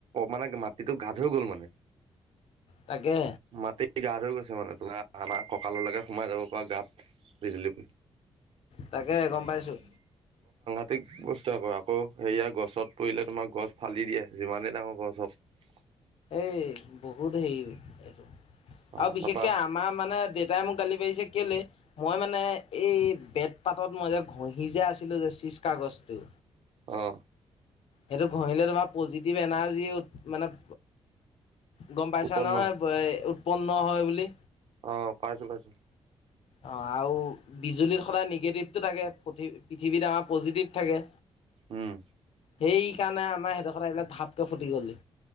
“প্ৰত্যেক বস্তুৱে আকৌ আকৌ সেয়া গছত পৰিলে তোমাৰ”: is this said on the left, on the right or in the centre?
Right